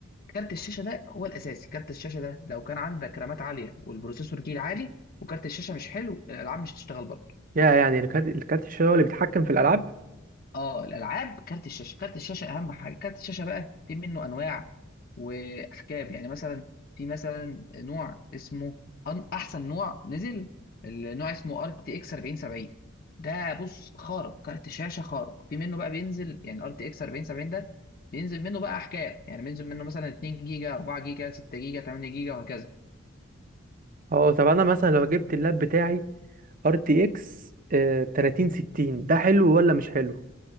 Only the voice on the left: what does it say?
كارت الشاشه ده هو الاساسي كارت الشاشه ده لو كان عندك رامات عاليه والبروسيسور جيل عالي وكارت الشاشه مش حلو الالعاب مش هتشتغل برضه
اه الالعاب كارت الشاشه كارت الشاشه اهم حاجه كارت الشاشه بقى في منه انواع واحجام يعني مثلا في مثلا نوع اسمه أن- احسن نوع نزل النوع اسمه ار تي اكس 4070 ده بص خارق كارت شاشه خارق في منه بقى بينزل يعني ار تي اكس 4070 ده بينزل منه بقى احجام يعني بينزل منه مثلا 2 جيجا 4 جيجا 6 جيجا 8 جيجا وهكذا